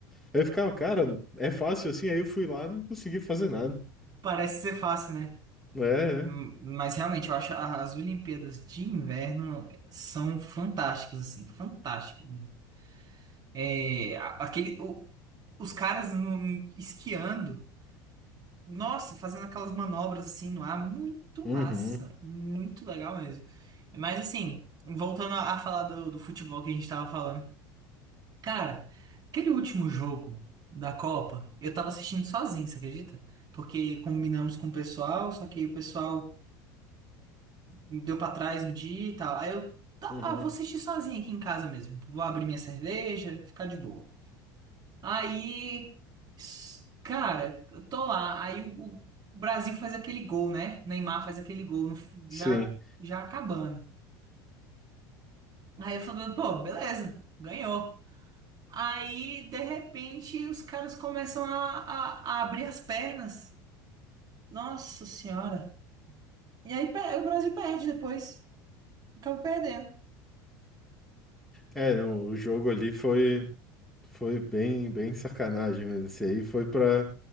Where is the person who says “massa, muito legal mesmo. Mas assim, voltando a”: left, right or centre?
Right